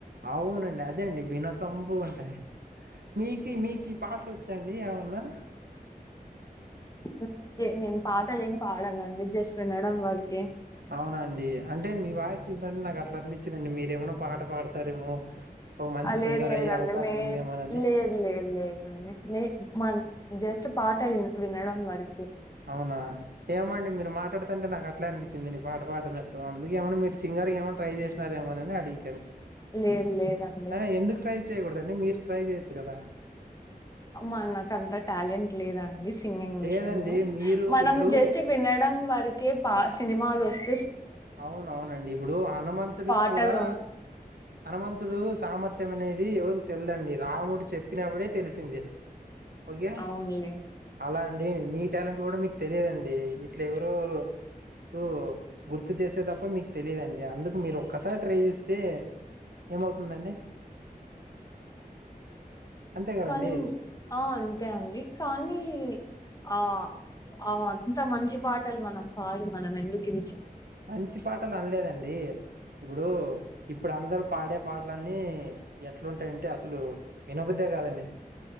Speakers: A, on the right; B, on the left.
A: అవునండి అదండి వినసొంపుుగ వుంటాయండీ మీకి మీకి పాటలోచాండి ఏమన్నా
B: హమ్ నేను పాటలేమి పాడనండి జస్ట్ వినడం వరకే.
A: అవునండీ అంటే మీ వాయిస్ చూస్అంటే నాకు అట్లా అట్లా అనిపించిందండి మీరేమో పాట పాడతారేమో ఒక మంచి
B: లేదు
A: సింగర్
B: లేదండి
A: అయ్యే అవకాశం
B: మే
A: ఉందేమోనని
B: లేదు లేదు లేదండి నే మ జస్ట్ పాట వి వినడం వరి
A: అవునా ఏమండి మీరు మాతడ్తంటే నాకు అట్లే అనిపించిందిండి పాట పాడుతునట్టు అందుకే ఏమన్నా మీరు సింగర్కిగాయమైన ట్రై చేసినార ఏమో అని అడిగితే
B: లేదు లేద అండి
A: ఆ! ఎందుకు చేయకూడద అండి మీరు ట్రై చేయొచ్చు కదా
B: అమ్మా నాక అంత టాలెంట్ లేదా యిది సింగింగ్
A: లేదండి
B: విషయంలో
A: మీరు
B: మనం
A: ఇప్పుడు
B: జస్ట్ వినడం వరకే పా సినిమాలు వస్
A: అవునవునండీ ఇప్పుడు హనుమంతుడికి
B: పాటలు
A: కూడా
B: ఉన్-
A: హనుమంతుడు సామర్థ్యం అనేది ఎవరకుతెల్దండి రాముడు చెప్పినప్పుడే తెలిసింది ఓకే
B: అవునులే.
A: అలా అండి మీ మీ టాలెంట్ కూడా మీకు తెలియదండి ఇట్ల ఎవరొకరు ఇప్పు గుర్తు చేసే తప్ప మీకు తెలియదుండి, అందుకు మీరు ఒక్కసారి ట్రై చేస్తే ఏమవుతుందండి. అంతే కదండి
B: కానీ ఆ అంతే అండి కానీ ఆ ఆ అంత మంచి పాటలు మనం పాడి మనం ఎందుకు ఇ
A: మంచి పాటలు అనలేదండి ఇప్పుడు, ఇప్పుడు అందరు పాడే పాటలన్నీ ఎట్లుంటాయంటే అసలు, వినబద్దే కాదండి